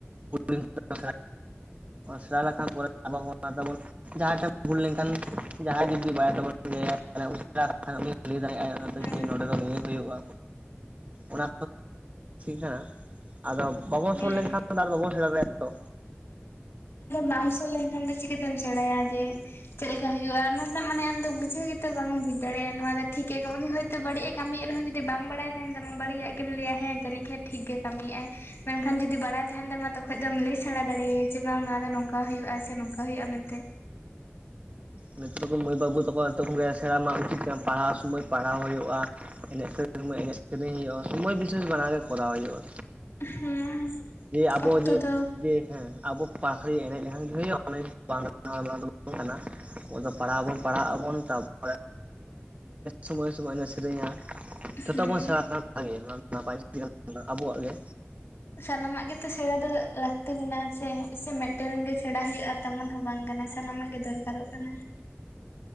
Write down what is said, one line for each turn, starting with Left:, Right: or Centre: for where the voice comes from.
Right: <unintelligible>
Left: <inaudible>
Right: ᱥᱮᱬᱟ ᱞᱮᱠᱷᱟᱱ ᱯᱚᱨᱮ ᱛᱮ ᱛᱟᱵᱚᱱ ᱡᱟᱦᱟᱸ ᱴᱷᱮᱱ ᱵᱷᱩᱞ ᱞᱮᱱᱠᱷᱟᱱ ᱡᱟᱦᱟᱸᱭ ᱡᱩᱫᱤ ᱵᱟᱭ ᱩᱱᱤ ᱞᱟᱹᱭ ᱫᱟᱲᱮᱭᱟᱜᱼᱟᱭ <unintelligible> ᱚᱱᱟᱛᱮ
Left: ᱦᱮᱸ
Right: ᱪᱮᱫ ᱱᱚᱸᱰᱮ ᱫᱚ ᱱᱤᱭᱟᱹ ᱦᱩᱭᱩᱜᱼᱟ ᱚᱱᱟ ᱠᱟᱱᱟ ᱟᱫᱚ ᱵᱟᱵᱚᱱ ᱥᱩᱨ
Left: ᱦᱮᱸ
Right: ᱞᱮᱱᱠᱷᱟᱱ ᱟᱨ ᱵᱟᱵᱚᱱ ᱥᱮᱬᱟ ᱫᱟᱲᱮᱭᱟᱜᱼᱟ ᱛᱚ
Left: ᱵᱟᱢ ᱥᱩᱨ ᱞᱮᱱᱠᱷᱟᱱ ᱫᱚ ᱪᱤᱠᱟᱹᱛᱮᱢ ᱥᱮᱬᱟᱭᱟ ᱡᱮ ᱪᱮᱫ ᱞᱮᱠᱟ ᱦᱩᱭᱩᱜᱼᱟ ᱚᱱᱟ ᱫᱚ ᱢᱟᱱᱮ ᱪᱮᱫ ᱞᱮᱠᱟ ᱦᱩᱭᱩᱜᱟ ᱚᱱᱟ ᱨᱮᱱᱟᱜ ᱢᱟᱱᱮ ᱟᱢᱫᱚ ᱵᱩᱡᱷᱟᱹᱣ ᱜᱮᱛᱚ ᱵᱟᱢ ᱵᱩᱡ ᱫᱟᱲᱮᱭᱟᱜᱼᱟ ᱠᱟᱱᱟ ᱱᱚᱣᱟ ᱫᱚ ᱴᱷᱤᱠᱭᱟ ᱩᱱᱤ ᱦ ᱦᱚᱭᱛᱳ ᱵᱟᱹᱲᱤᱡ ᱮ ᱠᱟᱹᱢᱤᱭᱮᱫ ᱨᱮᱦᱚᱸ ᱡᱩᱫᱤ ᱵᱟᱝ ᱵᱟᱲᱟᱭ ᱠᱟᱹᱢᱤ ᱭᱮᱫ ᱨᱮᱦ ᱡᱩᱫᱤ ᱵᱟᱝ ᱵᱟᱲᱟᱭ ᱛᱟᱦᱮᱱ ᱛᱟᱢᱟ ᱵᱟᱹᱲᱤᱡᱟᱜ ᱜᱮᱢ ᱞᱟᱹᱭ ᱟ ᱦᱮᱸ ᱡᱟᱹᱱᱤᱡ ᱠᱷᱟᱱᱡ ᱴᱷᱤᱠ ᱜᱮ ᱠᱟᱹᱢᱤ ᱮᱟᱭ ᱢᱮᱱᱠᱷᱟᱱ ᱡᱩᱫᱤ ᱵᱟᱲᱟᱭ ᱛᱟᱦᱮᱱ ᱛᱟᱢᱟ ᱡᱚᱛᱚᱠᱷᱚᱡ ᱫᱚᱢ ᱞᱟᱹᱭ ᱥᱮᱬᱟ ᱫᱟᱲᱮᱭᱟᱭᱟ ᱡᱮ ᱵᱟᱝ ᱱᱚᱣᱟ ᱫᱚ ᱱᱚᱝᱠᱟ ᱦᱩᱭᱩᱜᱼᱟ ᱥᱮ ᱱᱚᱝᱠᱟ ᱦᱩᱭᱩᱜᱼᱟ ᱢᱮᱱᱛᱮ
Right: ᱱᱤᱛᱚᱜ ᱜᱮ ᱢᱟᱹᱭ ᱵᱟᱹᱵᱩ ᱛᱟᱠᱚᱣᱟ ᱱᱤᱛᱚᱜ ᱠᱷᱚᱱᱜᱮ ᱥᱮᱬᱟ ᱢᱟ ᱩᱪᱤᱛ ᱠᱟᱱᱟ, ᱯᱟᱲᱦᱟᱣ ᱥᱚᱢᱚᱭ ᱯᱟᱲᱦᱟᱣ ᱦᱩᱭᱩᱜᱼᱟ᱾ ᱮᱱᱮᱡ ᱥᱮᱨᱮᱧ ᱥᱚᱢᱚᱭ ᱮᱱᱮᱡ ᱥᱮᱨᱮᱧ ᱦᱩᱭᱩᱜᱼᱟ᱾ ᱥᱚᱢᱚᱭ ᱵᱤᱥᱮᱥ ᱵᱱᱟᱨ ᱜᱮ ᱠᱚᱨᱟᱣ ᱦᱩᱭᱩᱜᱼᱟ᱾
Left: ᱦᱮᱸ
Right: ᱡᱮ ᱟᱵᱚ
Left: ᱚᱠᱛᱚ
Right: ᱡᱮ
Left: ᱫᱚ
Right: ᱡᱮ ᱦᱮᱸ ᱟᱵᱚ ᱯᱟᱠᱷᱲᱤ ᱮᱱᱮᱡ ᱞᱮᱠᱷᱟᱱ ᱜᱮ ᱦᱩᱭᱩᱜᱼᱟ ᱟᱱᱟ ᱡᱤᱱᱤᱥ ᱵᱟᱝ ᱫᱚ ᱵᱟᱝ ᱠᱟᱱᱟ ᱟᱵᱚ ᱫᱚ ᱯᱟᱲᱦᱟᱜ ᱟᱵᱚᱱ ᱯᱟᱲᱦᱟᱜ ᱟᱵᱚᱱ ᱛᱟᱯᱚᱨᱮ ᱥᱚᱢᱚᱭ ᱥᱚᱢᱚᱭ ᱞᱮ ᱮᱱᱮᱡ ᱥᱮᱨᱮᱧᱟ ᱡᱚᱛᱚ
Left: ᱦᱮᱸ
Right: ᱵᱚᱱ ᱥᱮᱬᱟ ᱠᱟᱱ ᱜᱮ ᱱᱟᱯᱟᱭ ᱦᱩᱭᱩᱜᱼᱟ ᱟᱵᱚᱣᱟᱜ ᱜᱮ
Left: ᱥᱟᱱᱟᱢᱟᱜᱮ ᱛᱚ ᱥᱮᱲ ᱫᱚ ᱞᱟᱠᱛᱤ <unintelligible> ᱥᱮ ᱥᱮ ᱢᱤᱫᱴᱮᱱ ᱜᱮ ᱥᱮᱬᱟ ᱦᱩᱭᱩᱜᱼᱟ ᱛᱮᱢᱚᱱ ᱦᱚᱸ ᱵᱟᱝ ᱠᱟᱱᱟ ᱥᱟᱱᱟᱢᱟᱜ ᱜᱮ ᱫᱚᱨᱠᱟᱨᱚᱜ ᱠᱟᱱᱟ